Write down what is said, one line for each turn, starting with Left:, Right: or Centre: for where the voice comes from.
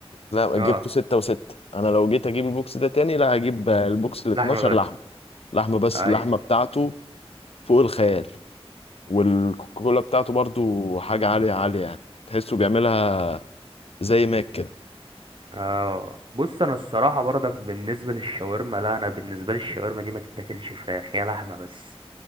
Left: لا
Right: اه
Left: جبته 6 و6 أنا لو جيت أجيب البوكس ده تاني لا هجيب آه، البوكس ال 12
Right: لحمة بس
Left: لحمة لحمة بس
Right: اي
Left: اللحمة بتاعته فوق الخيال والكوكولا بتاعته برضو حاجة عالية عالية يعني تحسه بيعملها زي ماك
Right: اه بص انا الصراحه برضك بالنسبه للشاورما لا انا بالنسبه لي الشاورما دي ما تتاكلش فراخ هي لحمه بس